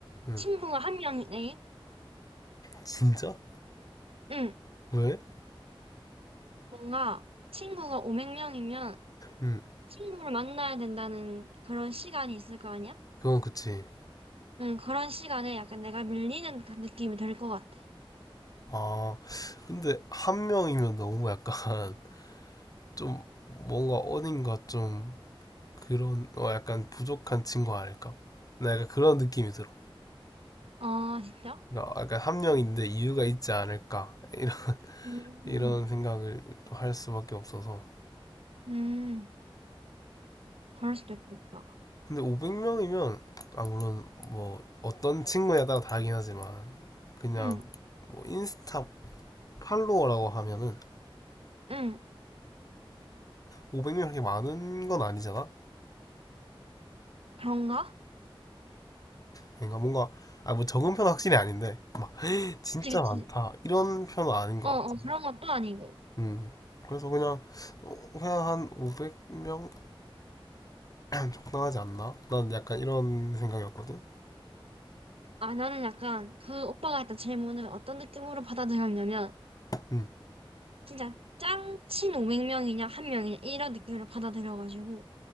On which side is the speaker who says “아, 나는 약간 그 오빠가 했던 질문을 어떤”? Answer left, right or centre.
Right